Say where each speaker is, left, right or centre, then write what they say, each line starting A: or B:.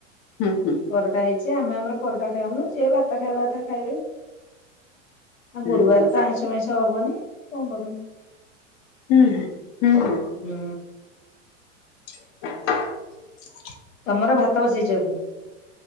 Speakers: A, on the left; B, on the left.
A: ହୁଁ ହୁଁ
B: ପରଟା ହେଇଛି, ଆମେ ଆମର ପରଟା ଖାଇମୁ, ଯିଏ ଭାତ ଖାଇବା କଥା ଖାଇବେ। ଆଉ
A: ହୁଁ
B: ଗୁରୁବାର
A: ହୁଁ
B: ତ ଆଇଁଷ ମାଇଁଷ ହବନି, କଣ କରିବୁ?
A: ହୁଁ ହୁଁ।
B: ହୁଁ।
A: <unintelligible>
B: ତମର ଭାତ ବସେଇଛ ଏବେ।